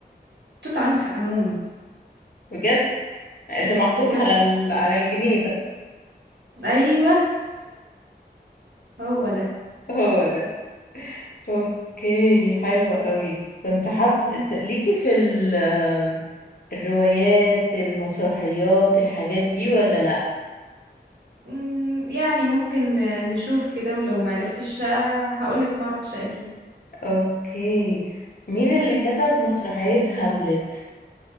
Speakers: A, on the right; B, on the left.
A: توت عنخ آمون
B: بجد اللي محطوط
A: بجد
B: على ال... على الجنيه ده
A: أيوه هو ده
B: هو ده اوكي حلوة قوي كنت حاب
A: مم.
B: ت- ليكي في ال آم، الروايات المسرحيات الحاجات دي ولا لا
A: مم، يعني ممكن آه، نشوف كده ولو معرفتش آه، هقولك معرفش أكيد
B: اوكي مين اللي كتب مسرحية هاملت